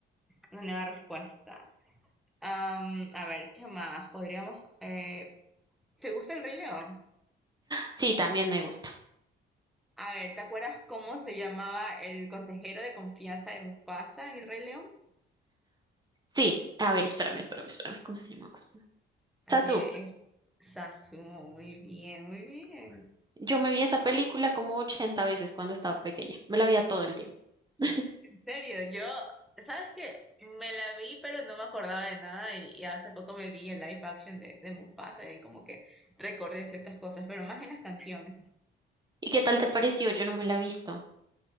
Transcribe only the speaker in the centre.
Una nueva respuesta. Am, a ver, ¿qué más? Podríamos... eh, ¿te gusta el Rey León?
A ver, ¿te acuerdas cómo se llamaba el consejero de confianza de Mufasa en el Rey León?
A
ver, es Sasuo, muy bien, muy bien.
En serio, yo, ¿sabes qué? Me la vi, pero no me acordaba de nada y, y hace poco me vi el live action de, de Mufasa y como que recordé ciertas cosas, pero más en las canciones.